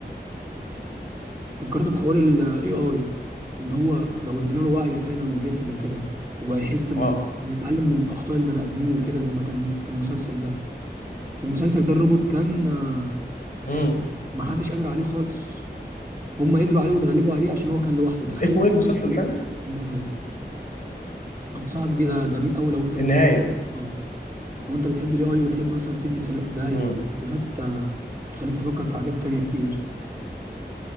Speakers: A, on the right (about 20°); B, on the left (about 45°).
A: فكرت في حوار ال AI اللي هو لو ادينا له وعي فعلا وجسم وكده وبقى يحس من
B: اه
A: بيتعلم من اخطاء البني ادمين وكده زي ما كان في المسلسل ده في المسلسل ده الروبوت كان آه،
B: امم
A: محدش قادر عليه خالص هم قدروا عليه واتغلبوا عليه عشان هو كان لوحده تخيل
B: اسمه ايه المسلسل تاني
A: النهايه انصحك بيه ده جميل قوي لو انت بتحب
B: النهايه
A: آه، لو انت بتحب الاي اي وتحب مثلا تدي سيناريو- ده هيديك
B: امم
A: سيناريوهات آه، تخليك تفكر في حاجات تانية كتير